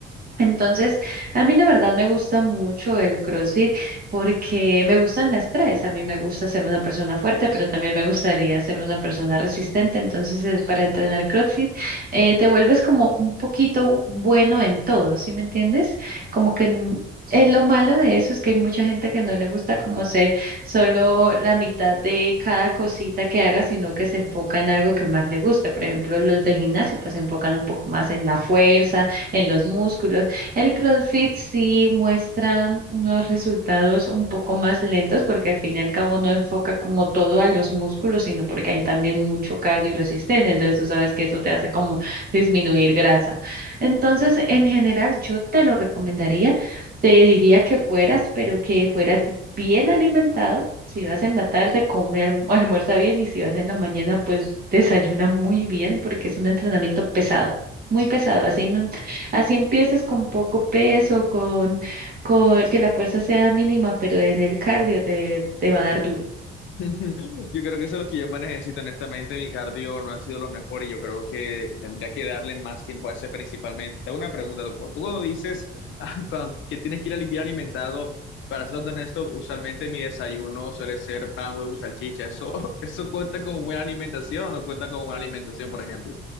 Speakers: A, on the right; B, on the left.
A: Entonces, a mí la verdad me gusta mucho el CrossFit porque me gustan las tres. A mí me gusta ser una persona fuerte, pero también me gustaría ser una persona resistente. Entonces, es para entrenar CrossFit, eh, te vuelves como un poquito bueno en todo, ¿sí me entiendes? Como que n- eh, lo malo de eso es que hay mucha gente que no le gusta como ser solo la mitad de cada cosita que haga, sino que se enfoca en algo que más le guste. Por ejemplo, los del gimnasio pues se enfocan un poco más en la fuerza en los músculos el CrossFit sí muestra unos resultados un poco más lentos porque al fin y al cabo no enfoca como todo a los músculos, sino porque hay también mucho cardio y resistencia. Entonces tú sabes que eso te hace como disminuir grasa. Entonces, en general, yo te lo recomendaría, te diría que fueras, pero que fueras bien alimentado. Si vas en la tarde, come, alm- <laughs> almuerza bien y si vas en la mañana, pues desayuna muy bien porque es un entrenamiento pesado, muy pesado, así no. Así empieces con poco peso, con, con que la fuerza sea mínima, pero en el cardio te, te va a dar duro.
B: <laughs> Yo creo que eso es lo que yo más necesito, honestamente. Mi cardio no ha sido lo mejor y yo creo que tendría que darle más tiempo a ese principalmente. Te hago una pregunta, tú, tú cuando dices <laughs> ah, cuando- que tienes que ir al bien alimentado, para ser honesto, usualmente mi desayuno suele ser pan, huevo, y salchicha. ¿Eso, <laughs> eso cuenta como buena alimentación o no cuenta como buena alimentación, por ejemplo?